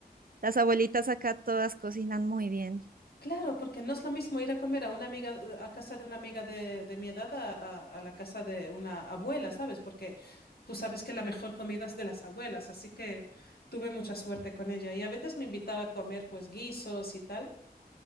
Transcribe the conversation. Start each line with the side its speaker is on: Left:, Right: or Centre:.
Right: las abuelitas acá todas cocinan muy bien.
Left: Claro, porque no es lo mismo ir a comer a una amiga, eh, a casa de una amiga de, de mi edad a, a- a la casa de una abuela, ¿sabes? Porque tú sabes que la mejor comida es de las abuelas, así que tuve mucha suerte con ella. Y a veces me invitaba a comer pues guisos y tal,